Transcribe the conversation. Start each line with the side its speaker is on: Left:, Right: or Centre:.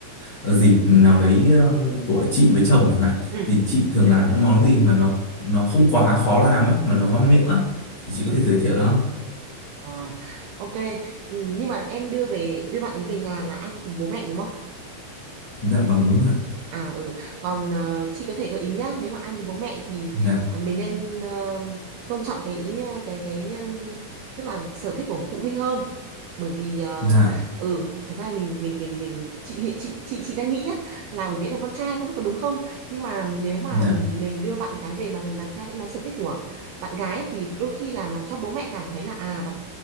Left: ờ, dịp nào đấy ờ, của chị với chồng chẳng hạn
Right: ừ
Left: thì chị thường làm những món gì mà nó nó không quá khó làm á mà nó ngon miệng á thì chị
Right: ừ.
Left: có thể giới thiệu đó.
Right: à, ok Ừ, nhưng mà em đưa về đưa bạn ấy về nhà là ăn cùng bố mẹ đúng không
Left: Dạ vâng đúng rồi. ạ.
Right: À ừ, còn ờ, chị có thể gợi ý nhá, nếu mà ăn với bố mẹ thì
Left: Dạ
Right: ờ, mình nên ờ, tôn trọng cái ý ờ, cái cái ừm, tức là sở thích của phụ huynh hơn. Bởi vì ờ,
Left: dạ
Right: ừ, thật ra mình mình mình mình chị hiện chị chị chị đang nghĩ nhá là mình Viễn là con trai không biết có đúng không, nhưng mà nếu mà
Left: dạ
Right: mình đưa bạn gái về mà mình làm theo những món sở thích của bạn gái thì đôi khi làm làm cho bố mẹ cảm thấy là à bạn